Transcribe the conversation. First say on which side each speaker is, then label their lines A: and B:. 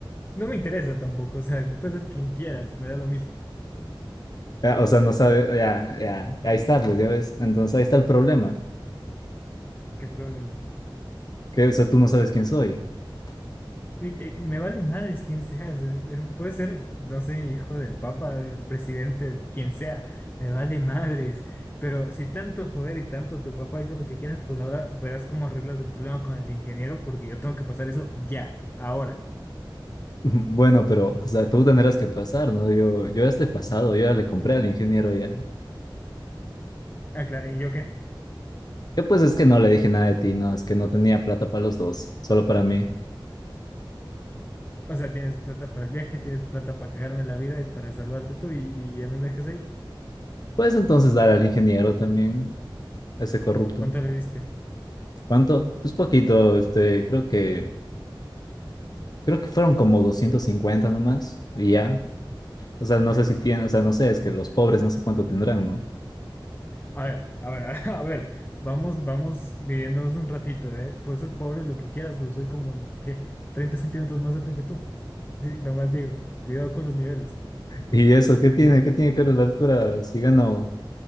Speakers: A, on the left (about 25°); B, on the left (about 50°).
A: No me interesa tampoco, o sea, tú puedes ser quien quieras, me da lo mismo.
B: Ya, o sea, no sabe, ya, ya, ahí está, pues, ya ves. Entonces, ahí está el problema.
A: ¿Qué problema?
B: ¿Qué? O sea, tú no sabes quién soy. <laughs>
A: Sí, de- Me vale madres quién seas. eh, pero Puede ser, no sé, hijo del papa, del presidente, quien sea. Me vale madres. Pero si tanto poder y tanto tu papá hizo lo que quieras, pues ahora verás cómo arreglas el problema con el ingeniero, porque yo tengo que pasar eso ya, ahora.
B: Bueno, pero, o sea, tú tendrás que pasar, ¿no? Yo, yo ya estoy pasado, yo ya le compré al ingeniero ya.
A: Ah, claro, ¿y yo qué?
B: Yo pues es que no le dije nada de ti, no, es que no tenía plata para los dos, solo para mí.
A: O sea, tienes plata para el viaje, tienes plata para cagarme la vida y para salvarte tú, y, y a mí me dejas ahí.
B: Puedes entonces dar al ingeniero también, a ese corrupto.
A: ¿Cuánto le diste?
B: ¿Cuánto? Pues poquito, este, creo que, creo que fueron como 250 nomás, y ya. O sea, no
A: 250.
B: sé si tiene, o sea, no sé, es que los pobres no sé cuánto tendrán, ¿no?
A: A ver, a ver, <laughs> a ver, vamos, vamos midiéndonos un ratito, ¿eh? Puedes ser pobre lo que quieras, pero soy como, ¿qué? 30 centímetros más alto que tú. Sí, nomás digo, cuidado con los niveles, ¿eh?
B: Y eso, ¿qué tiene? ¿Qué tiene que ver la altura? Si gano,